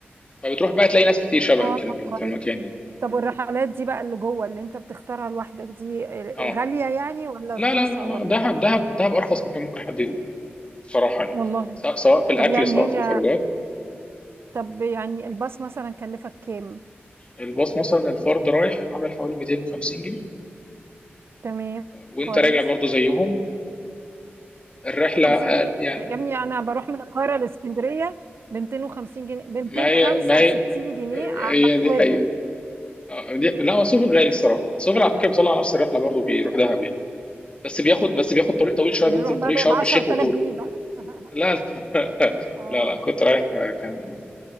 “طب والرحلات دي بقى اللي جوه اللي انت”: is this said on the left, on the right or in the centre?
Right